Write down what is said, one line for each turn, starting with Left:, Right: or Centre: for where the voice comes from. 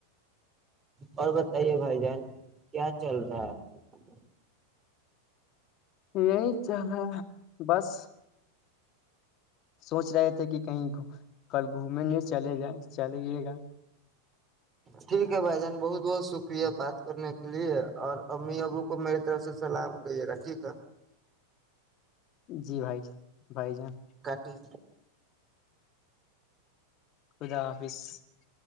Right: اور بتائیے بھائی جان کیا چل رہا ہے
Left: یہی چا بس سوچ رہے تھے کہ کہیں کل گھومنے نہیں چلے جا چلیے گا
Right: ٹھیک ہے بھائی جان بہت بہت ش شکریہ بات کرنے کے لیے اور امی ابو کو میرری طرف سے سلام کریے گا ٹھیک ہے
Left: جی بھائی ج بھائی جان
Right: کاٹی
Left: خدافظ